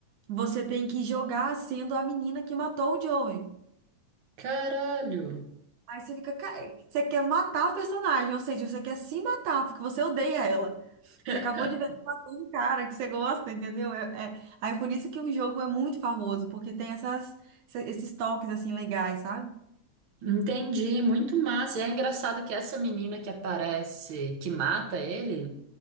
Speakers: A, on the right; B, on the right.
A: você tem que jogar sendo a menina que matou o Joey.
B: caralho.
A: Aí você fica. ca- Você quer matar a personagem, ou seja, você quer se matar porque você odeia ela.
B: <laughs>
A: Você acabou de ver ela matando um cara que você gosta, entendeu? É, é- Aí é por isso que o jogo é muito famoso, porque tem essas, essa- esses toques assim legais, sabe?
B: Entendi, muito massa. E é engraçado que essa menina que aparece, que mata ele,